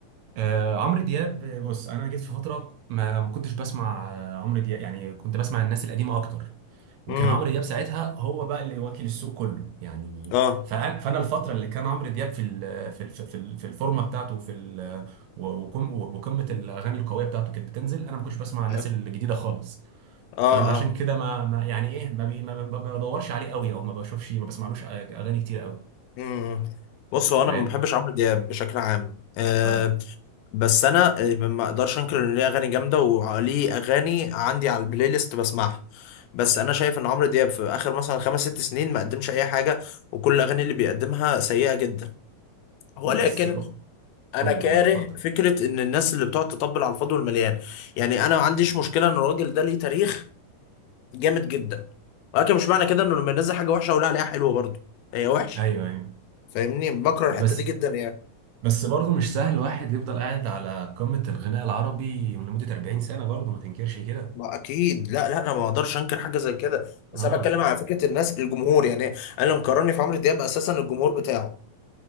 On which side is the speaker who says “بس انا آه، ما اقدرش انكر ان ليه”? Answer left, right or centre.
Left